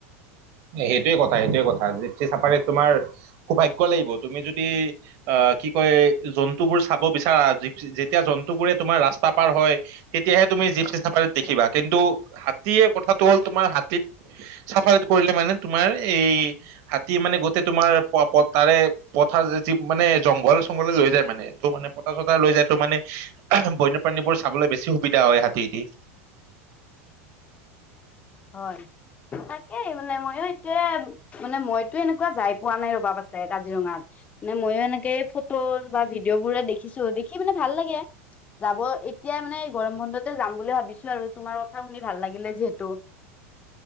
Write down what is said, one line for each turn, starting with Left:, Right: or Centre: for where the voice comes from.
Right: সেইটোৱে কথা-সেইটোৱে কথা। জীপচি চাফাৰিত তোমাৰ সৌভাগ্য লাগিব তুমি যদি আহ কি কয় জন্তুবোৰ চাব বিচাৰা জীপছি তেতিয়া জন্তু বোৰে তোমাৰ ৰাস্তা পাৰ হয়। তেতিয়াহে তুমি জীপচি চাফাৰীত দেখিবা, কিন্তু হাতীয়ে কথাটো হ'ল তোমাৰ হাতীত চাফাৰীত কৰিলে মানে তোমাৰ এই হাতী মানে গোতেই তোমাৰ প তাৰে পথাৰ যি মানে জংঘল চংঘলে লৈ যায় মানে। ত মানে পথাৰ চথাৰ লৈ যায় তটো মানে বন্যপ্ৰাণী বোৰ চাবলৈ বেছি সুবিধা হয় হাতীদি
Left: হয় তাকেই মানে ময়ো এইটোয়ে মানে মইতো এনেকুৱা যাই পোৱা নাই ৰবা আছে কাজিৰঙাত নাই ময়ো এনেকে ফটো বা ভিডিঅ' বোৰে দেখিছো দেখি পিনে ভাল লাগে যাব এতিয়াই মানে গৰম বন্ধতে যাম বুলি ভাবিছোঁ আৰু তোমাৰ কথা শুনি ভাল লাগিলে যিহেতু।